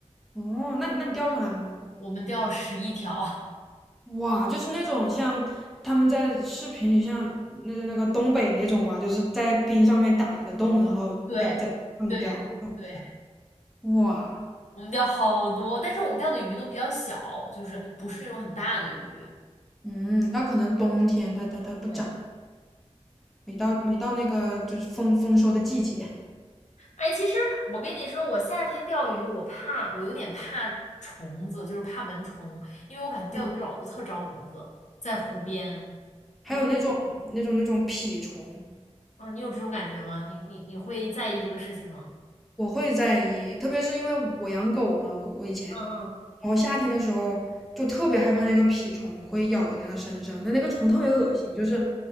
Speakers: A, in the centre; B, on the left.
A: 哦，那你那你钓上来了吗？
B: 我们钓了十一条。
A: 哇，就是那种像他们在视频里像那个那个东北那种嘛，就是在冰上面打一个洞，然后
B: 对，
A: 放掉。
B: 对，
A: 嗯
B: 对，
A: 哇，
B: 我们钓好多，但是我们钓的鱼都比较小，就是不是那种很大的鱼。
A: 嗯，那可能冬天它它它不长，
B: 对，
A: 没到没到那个就是丰丰收的季节。
B: 哎，其实我跟你说，我夏天钓鱼，我怕，我有点怕虫子，就是怕蚊虫，因为我感觉钓鱼老是特招蚊子，
A: 嗯，
B: 在湖边。
A: 还有那种那种那种蜱虫，
B: 你啊，你有这种感觉吗？你你你会在意这个事情吗？
A: 我会在意，特别是因为我养狗嘛，我我以前。
B: 嗯，
A: 然后夏天的时候就特别害怕那个蜱虫会咬到它身上，但那个虫特别恶心，
B: 哦，
A: 就是